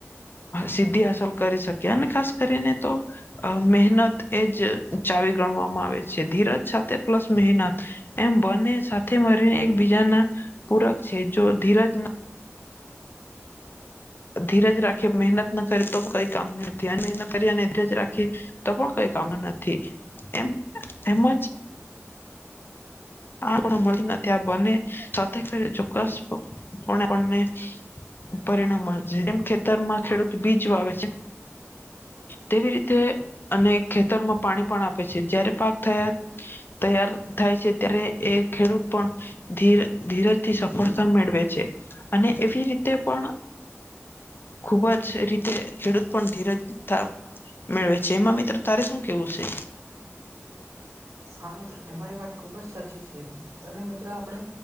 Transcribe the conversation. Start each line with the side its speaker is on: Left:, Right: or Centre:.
Left: સિદ્ધિ હાંસલ કરી શકી અને ખાસ કરીને તો અ મહેનત એજ ચાવી ગણવામાં આવે છે ધીરજ સાથે પ્લસ મહેનત એમ બંને સાથે મળીને એક બીજા ના પૂરક છે જો ધીરજ ધીરજ રાખે મહેનત ન કરે તો કંઈ કામ નથી અને કરી ધીરજ રાખીએ તો પણ કઈ કામનુ નથી. એમ એમજ આ મળીને ત્યાં બને સાથે કર ચોક્કસ આપને પરિણામ મળ છે જેમ ખેતરમાં ખેડૂત બીજ વાવે છે. તેવી રીતે અને ખેતરમાં પાણી પણ આપે છે જયારે પાક થયા તૈયાર થાય છે ત્યારે એ ખેડૂત પણ ધ ધીરજથી સફળતા મેળવે છે. અને એવી રીતે પણ ખુબ જ એ રીતે ખેડૂત પણ ધીરજ તા મેળવે છે, એમાં મિત્ર, તારે શું કેવું છે?
Right: હા મિત્રો, તમારી વાત ખુબ જ સાચી છે. અને મિત્ર, આપણે